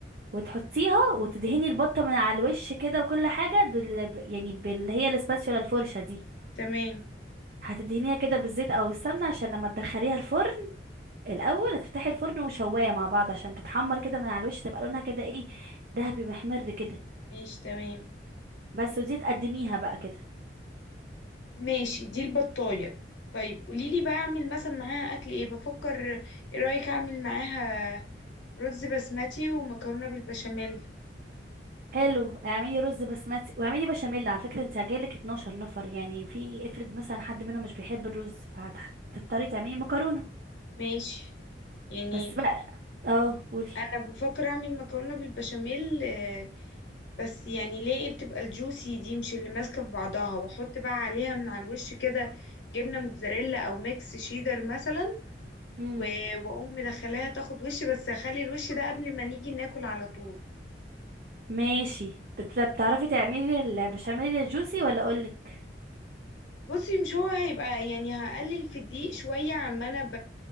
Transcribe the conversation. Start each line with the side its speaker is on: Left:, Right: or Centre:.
Right: وتحطيها وتدهني البطه من على الوش كده وكل حاجه بال... ب- يعني بال هي الاسباتشولا الفرشه دي
Left: تمام
Right: هتدهنيها كده بالزيت او السمنه عشان لما تدخليها الفرن الاول هتفتحي الفرن وشوايه مع بعض عشان تتحمر كده من على الوش تبقى لونها كده ايه دهبي محمر كده
Left: ماشي تمام
Right: بس ودي تقدميها بقى كده
Left: ماشي دي البطاية طيب قوليلي بقى اعمل مثلا معاها اكل ايه بفكر ايه رأيك اعمل معاها رز بسمتي ومكرونة بالبشاميل
Right: حلو اعملي رز بسمتي واعملي بشاميل على فكره انت جايلك 12 نفر يعني في افرض مثلا حد منهم مش بيحب الرز فهتضطري تعملي مكرونه
Left: ماشي يعني
Right: بس بقى اه قولي
Left: انا بفكر اعمل مكرونة بالبشاميل آه، بس يعني ليه إيه بتبقى الجوسي دي مش اللي ماسكة في بعضها واحط بقى عليها من على الوش كده جبنة موتزاريلا او ميكس شيدر مثلا
Right: امم
Left: و- واقوم مدخلاها تاخد وش بس هخلي الوش ده قبل ما نيجي ناكل على طول
Right: ماشي بت- بتعرفي تعملي البشاميل الجوسي ولا اقولك
Left: بصي مش هو هيبقى يعني هقلل في الدقيق شوية عما انا ب...